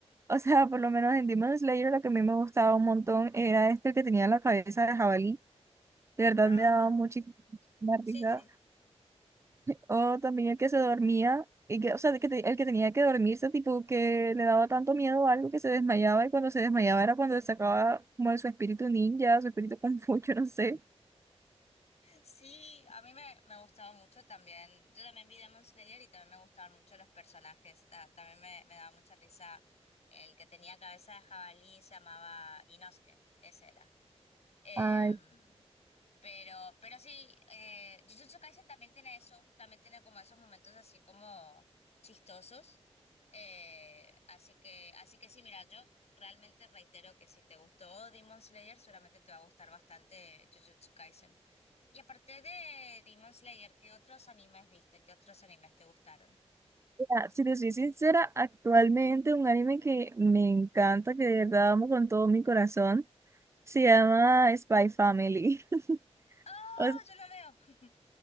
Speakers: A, on the right; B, on the left.
A: O sea, por lo menos en Demon Slayer lo que a mí me gustaba un montón era este que tenía la cabeza de jabalí, de verdad
B: Ajá.
A: me daba muchísima
B: Sí,
A: risa
B: sí.
A: o también el que se dormía, y que, o sea, de que te- el que tenía que dormirse, tipo que le daba tanto miedo a algo que se desmayaba y cuando se desmayaba era cuando sacaba como de su espíritu ninja, su espíritu <laughs> confucho, no sé.
B: Sí, a mí me, me gustaba mucho también. Yo también vi Demon Slayer y también me gustaban mucho los personajes. Ta- también me, me daba mucha risa el que tenía cabeza de jabalí, se llamaba Inosuke, ese era. Em,
A: Ay,
B: pero, pero sí, eh, Jujutsu Kaisen también tiene eso, también tiene como esos momentos así como chistosos. Eh, así que, así que sí, mira, yo realmente reitero que si te gustó Demon Slayer, seguramente te va a gustar bastante Jujutsu Kaisen. Y aparte de Demon Slayer, ¿qué otros animes viste? ¿Qué otros animes te gustaron?
A: mira, si te soy sincera, actualmente un anime que me encanta, que de verdad amo con todo mi corazón, se llama Spy Family. <laughs>
B: ¡Ah!
A: O
B: yo lo veo.